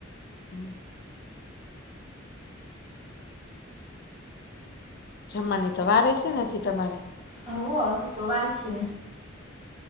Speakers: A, on the left; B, on the right.
A: હમ. જમવાની તો વાર હેશે ને હજી તમારે?
B: હોવે હજી તો વારશે.